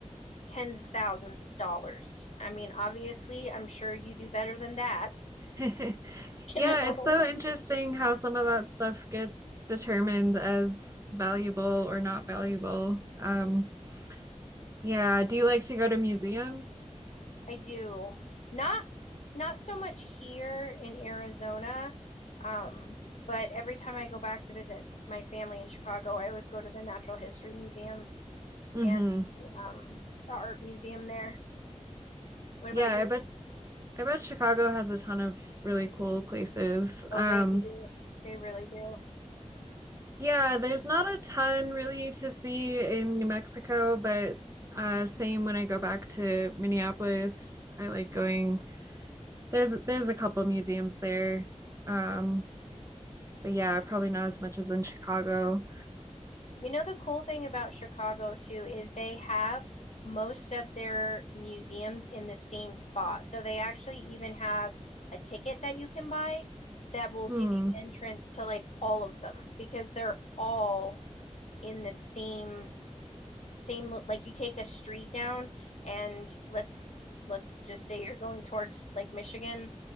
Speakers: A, on the left; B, on the right.
A: tens of thousands of dollars. I mean, obviously, I'm sure you do better than that,
B: <laughs>
A: <laughs>
B: Yeah,
A: you know.
B: it's so interesting how some of that stuff gets determined as valuable or not valuable. Um, yeah, do you like to go to museums?
A: I do. Not not so much here in Arizona, um, but every time I go back to visit my family in Chicago, I always go to the Natural History Museum
B: Mm-hmm.
A: and the, um, the art museum there. What
B: Yeah,
A: about you?
B: I bet I bet Chicago has a ton of really cool places. Um,
A: Oh, they do. They really do.
B: yeah, there's not a ton really to see in New Mexico, but uh, same when I go back to Minneapolis. I like going. There's there's a couple museums there. Um, But yeah, probably not as much as in Chicago.
A: You know, the cool thing about Chicago too is they have most of their museums in the same spot. So they actually even have a ticket that you can buy that will
B: Hmm.
A: give you entrance to like all of them because they're all in the same same like you take a street down and let's let's just say you're going towards Lake Michigan,